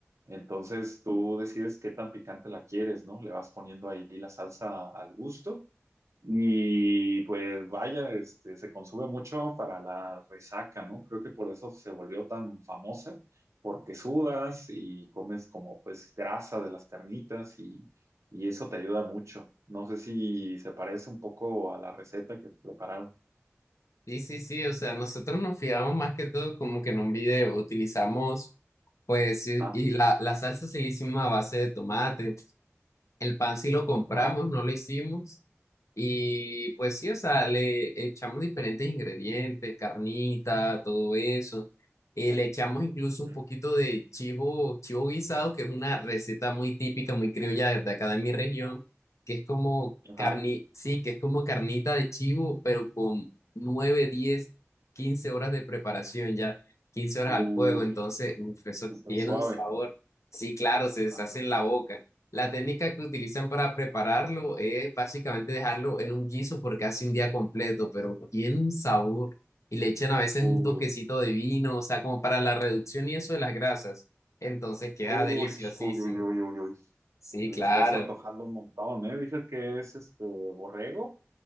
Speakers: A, on the right; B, on the left.
A: Entonces tú decides qué tan picante la quieres, ¿no? Le vas poniendo ahí la salsa al gusto y pues vaya, este, se consume mucho para la resaca, ¿no? Creo que por eso se volvió tan famosa, porque sudas y comes como pues grasa de las carnitas y, y eso te ayuda mucho. No sé si se parece un poco a la receta que prepararon.
B: Sí, sí, sí, o sea, nosotros nos fijamos más que todo como que en un video utilizamos, pues, y
A: Ajá,
B: y la, la salsa sí la hicimos a base de tomate, el pan sí lo compramos,
A: ajá,
B: no lo hicimos, Y pues sí, o sea, le echamos diferentes ingredientes, carnita, todo eso. Eh, le echamos incluso
A: ujú,
B: un poquito de chivo, chivo guisado, que es una receta muy típica, muy criolla de acá de mi región, que es como
A: ajá.
B: carni, sí, que es como carnita de chivo, pero con 9 10 15 horas de preparación ya, quince
A: Uy,
B: horas al fuego. Entonces, uf, eso
A: súper
B: tiene
A: suave.
B: un sabor. Sí, claro, se deshace
A: Ajá.
B: en la boca. La técnica que utilizan para prepararlo es básicamente dejarlo en un guiso por casi un día completo, pero tiene un sabor y le echan a veces
A: Uy,
B: un toquecito de vino, o sea, como para la reducción y eso de las grasas. Entonces queda
A: uy,
B: deliciosísimo.
A: uy, uy, uy, uy. uy.
B: Sí,
A: Me
B: claro.
A: lo estás antojando un montón, ¿eh? Dices que es este borrego